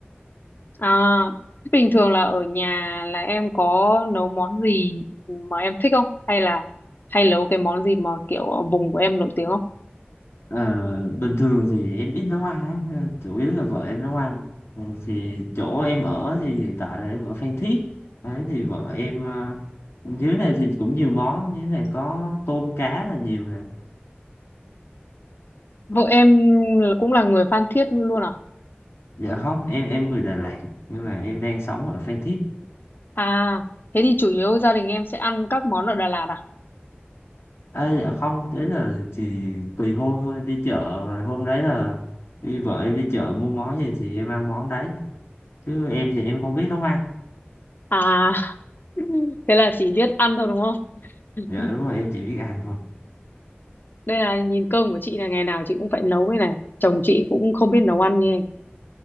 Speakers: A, on the left; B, on the left.
A: À, thế bình thường là ở nhà là em có nấu món gì mà em thích không? Hay là hay nấu cái món gì mà kiểu ở vùng của em nổi tiếng không?
B: Ờ, bình thường thì em ít nấu ăn lắm nên chủ yếu là vợ em nấu ăn Ừ, thì chỗ em ở thì hiện tại là em ở Phan Thiết đấy thì vợ em ờ, dưới này thì cũng nhiều món dưới này có tôm cá là nhiều này
A: Vợ em là- cũng là người Phan Thiết luôn à?
B: dạ không em em người Đà Lạt nhưng mà em đang sống ở Phan Thiết
A: À, thế thì chủ yếu gia đình em sẽ ăn các món ở Đà Lạt à?
B: Ê, dạ không đấy là chỉ tùy hôm thôi đi chợ rồi hôm đấy là đi vợ em đi chợ mua món gì thì em ăn món đấy chứ em thì em không biết nấu ăn
A: À, <laughs> thế là chỉ biết ăn thôi đúng không? <laughs>
B: dạ đúng rồi em chỉ biết ăn thôi
A: Đây là nhìn cơm của chị là ngày nào chị cũng phải nấu cái này. Chồng chị cũng không biết nấu ăn như em.